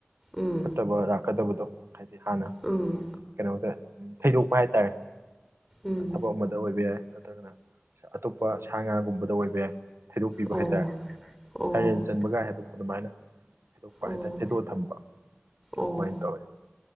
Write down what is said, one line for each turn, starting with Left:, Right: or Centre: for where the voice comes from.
Centre: ꯎꯝ
Right: ꯐꯠꯇꯕ ꯂꯥꯛꯀꯗꯕꯗꯣ ꯍꯥꯏꯗꯤ ꯍꯥꯟꯅ
Centre: ꯎꯝ
Right: ꯀꯩꯅꯣꯗ ꯊꯩꯗꯣꯛꯄ ꯍꯥꯏꯇꯥꯔꯦ
Centre: ꯎꯝ
Right: ꯊꯕꯛ ꯑꯃꯗ ꯑꯣꯏꯕ ꯌꯥꯏ ꯅꯠꯇ꯭ꯔꯒꯅ ꯑꯇꯣꯞꯄ ꯁꯥ ꯉꯥꯒꯨꯝꯕꯗ ꯑꯣꯏꯕ ꯌꯥꯏ ꯊꯩꯗꯣꯛꯄꯤꯕ
Centre: ꯑꯣ
Right: ꯍꯥꯏꯇꯥꯔꯦ
Centre: ꯑꯣ
Right: ꯁꯔꯦꯟ ꯆꯟꯕꯒꯥꯏ ꯍꯥꯏꯕꯗꯣ ꯑꯗꯨꯃꯥꯏꯅ ꯊꯩꯗꯣꯛꯄ
Centre: ꯑꯣ
Right: ꯍꯥꯏꯇꯥꯔꯦ ꯊꯦꯗꯣꯛꯑ ꯊꯝꯕ
Centre: ꯑꯣ
Right: ꯑꯗꯨꯃꯥꯏꯅ ꯇꯧꯋꯦ